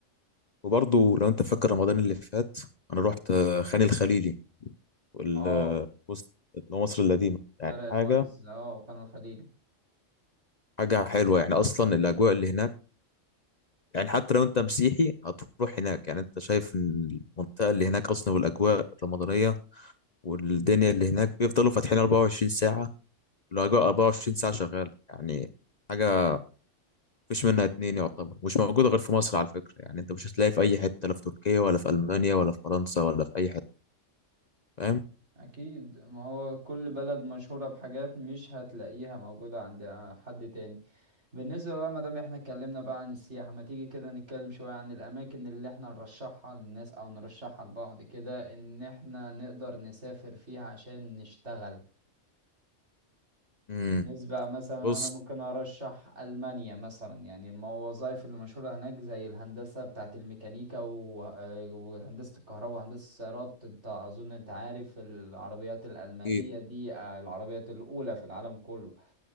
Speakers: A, on the left; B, on the right.
A: وبرضه لو أنت فاكر رمضان اللي فات أنا رحت آه، خان الخليلي وال
B: اه
A: آه، وسط مصر القديمة يعني
B: شارع المعز
A: حاجة
B: اه وخان الخليلي
A: حاجة حلوة يعني أصلا الأجواء اللي هناك يعني حتى لو أنت مسيحي هتروح هناك يعني أنت شايف إن المنطقة اللي هناك أصلا والأجواء الرمضانية والدنيا اللي هناك بيفضلوا فاتحين 24 ساعة الأجواء 24 ساعة شغالة يعني حاجة مفيش منها اتنين يعتبر مش موجودة غير في مصر على فكرة يعني أنت مش هتلاقي في أي حتة لا في تركيا ولا في ألمانيا ولا في فرنسا ولا في أي حتة فاهم؟
B: اكيد ما هو كل بلد مشهورة بحاجات مش هتلاقيها موجودة عند حد تاني بالنسبة بقى مادام احنا اتكلمنا بقى عن السياحة ما تيجي كده نتكلم شوية عن الاماكن اللي احنا نرشحها للناس او نرشحها لبعض كده ان احنا نقدر نسافر فيها عشان نشتغل
A: امم
B: بالنسبة مثلا
A: بص
B: أنا ممكن أرشح ألمانيا مثلا يعني الوظائف المشهورة هناك زي الهندسة بتاعة الميكانيكا و- آه، وهندسة الكهرباء وهندسة السيارات أنت أظن أنت عارف العربيات الألمانية
A: أكيد
B: دي آه، العربيات الأولى في العالم كله